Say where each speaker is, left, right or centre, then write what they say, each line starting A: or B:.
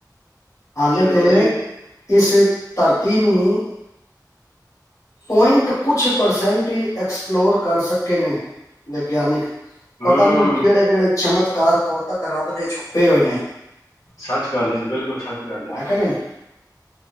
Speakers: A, on the left; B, on the left.
A: ਚਲੋ
B: ਹੇ ਤੇ ਇਸ ਧਰਤੀ ਤੀਨੂੰ <inaudible> ਪੁਆਇੰਟ ਕੁਛ ਪਰਸੈਂਟ ਹੀ ਐਕਸਪਲੋਰ ਕਰ ਸਕੇ ਨੇ, ਵਿਗਿਆਨਿਕ।
A: ਹੂੰ,
B: ਪਤਾ ਨੀ ਕਿਹੜੇ -ਕਿਹੜੇ ਚਮਤਕਾਰ, ਕੌਤਕ, ਰੱਬ ਦੇ ਛੁਪੇ ਹੋਏ ਨੇ।
A: ਸੱਚ ਗੱਲ ਹੈ ਜੀ, ਬਿਲਕੁਲ ਸੱਚ ਗੱਲ ਹੈ।
B: ਕਿ ਨਹੀਂ